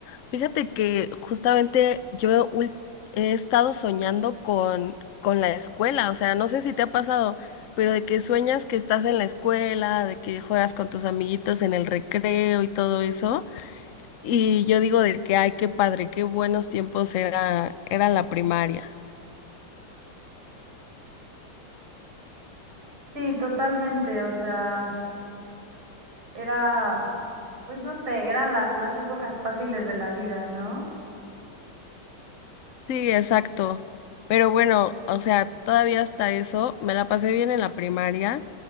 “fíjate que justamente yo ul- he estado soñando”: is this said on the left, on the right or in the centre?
Left